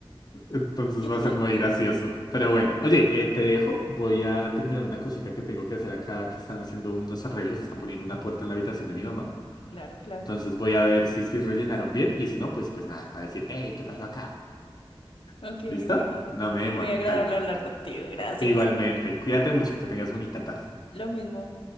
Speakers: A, on the left; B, on the left.
A: Entonces va a ser
B: ok,
A: muy gracioso. Pero bueno, oye, eh, te dejo. Voy a terminar una cosita que tengo que hacer acá, que están haciendo unos arreglos, están poniendo una puerta en la habitación de mi mamá.
B: claro, claro.
A: Entonces voy a ver si si rellenaron bien y si no, pues, pues nada, a decir, hey, ¿qué pasó acá?
B: Ok,
A: ¿Listo?
B: ok.
A: No me
B: Fue
A: demoro,
B: muy agradable
A: dale.
B: hablar contigo, gracias.
A: Igualmente, cuídate mucho, que tengas bonita tarde.
B: Lo mismo.